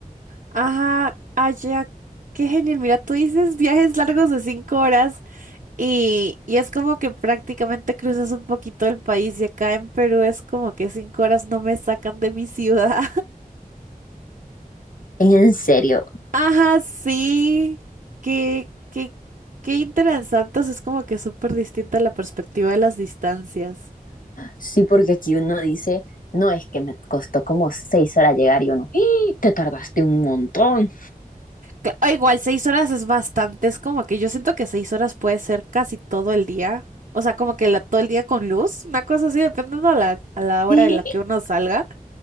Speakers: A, on the right; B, on the left.
A: Ajá, allá, qué genial. Mira, tú dices viajes largos de cinco horas y, y es como que prácticamente cruzas un poquito el país y acá en Perú es como que cinco horas no me sacan de mi ciudad.
B: En serio,
A: Ajá, sí. Qué, qué, qué interesantes. Es como que súper distinta la perspectiva de las distancias.
B: Sí, porque aquí uno dice, no, es que me costó como seis horas llegar y uno, ¡ih! te tardaste un montón.
A: Cla- o igual, seis horas es bastante. Es como que yo siento que seis horas puede ser casi todo el día. O sea, como que la, todo el día con luz. Una cosa así, dependiendo a la, a la hora
B: Sí.
A: en la que uno salga.